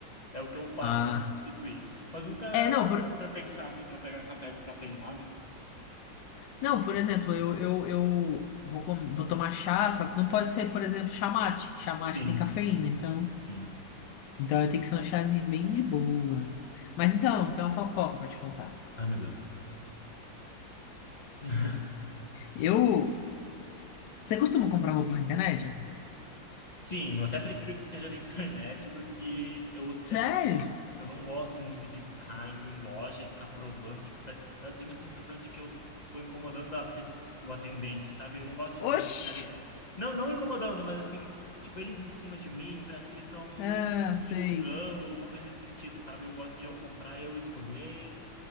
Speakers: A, on the left; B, on the left.
A: É o que eu faço
B: ah.
A: para substituir. Mas nunca
B: É, não, por,
A: para pensar assim para pegar café descafeinado.
B: não, por exemplo, eu, eu, eu vou, com- vou tomar chá, só que não pode ser, por exemplo, chá mate. que Chá mate
A: Sim,
B: tem cafeína, então,
A: sim.
B: então tem que ser um chazinho bem de boa. Mas então, tem uma fofoca pra te contar.
A: Ai, meu Deus. <laughs>
B: Eu. Você costuma comprar roupa na internet? não?
A: Sim, eu até prefiro que seja na <laughs> internet do que eu,
B: Sério?
A: assim, eu não gosto muito de ficar indo em loja e ficar provando, tipo, pe- eu tenho a sensação de que eu tô incomodando a pessoa, o atendente, sabe? Eu não gosto de deles
B: Oxi!
A: ficarem, não, não incomodando, mas assim, tipo, eles em cima de mim, parece que eles estão
B: Ah,
A: me
B: sei.
A: julgando, alguma coisa nesse sentido, sabe? Eu gosto de eu comprar e eu escolher,